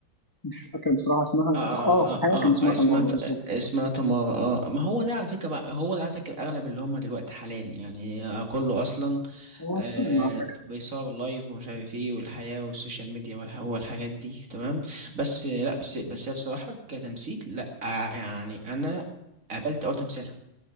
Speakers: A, on the left (about 20°); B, on the right (about 45°).
A: مش فاكر بصراحه اسمها
B: آه,
A: اه في
B: آه,
A: الحقيقه
B: آه
A: كان اسمها
B: آه، اسمها
A: تمارا بالظبط
B: اسمها تمارا آه ما هو ده على فكرة بقى هو ده على فكرة أغلب اللي هم دلوقتي حاليا يعني آه، كله أصلا
A: هو
B: آه
A: انا فاكر
B: بيصور لايف ومش عارف ايه والحياة والسوشيال ميديا والح- والحاجات دي تمام بس آه، لا بس بس هي بصراحة كتمثيل لا آه يعني أنا قابلت أول تمثيلها